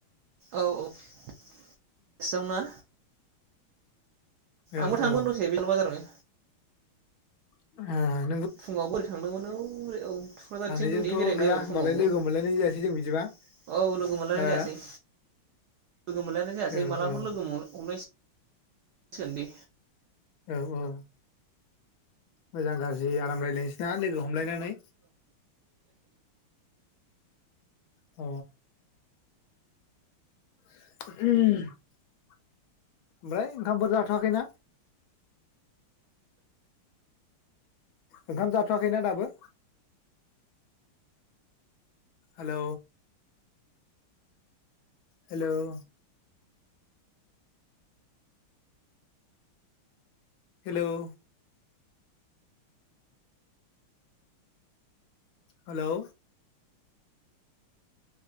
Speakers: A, on the right; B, on the left.
A: औ औ हारसिंना?
B: औ
A: आंबो थांदोंमोन
B: ओ
A: दसे बेल बाजारावनो
B: अ
A: फुङावबो ओरै थांदोंमोन औ ओरै औ थुक्राझारथिं
B: सानैजोंथ'
A: ओरै बेरायलाबाय
B: गैया होमबालाय
A: फुङावबो
B: लोगो
A: औ
B: मोनलायनाय जायासै जों बिदिबा
A: लोगो मोनलायनाय
B: हो
A: जायासै। लोगो मोनलायनाय जायासै
B: औ
A: मालाबाफोर
B: औ
A: लोगो हम हमनायसै सोरनि?
B: औ औ मोजां गाज्रि आराम राय नोसै ना लोगो हमलायनानै? अ <unintelligible> ओमफ्राय ओंखामफोर जाथ'वाखैना? ओंखाम जाथ'वाखैना दाबो? हेल' हेल' हेल' हेल'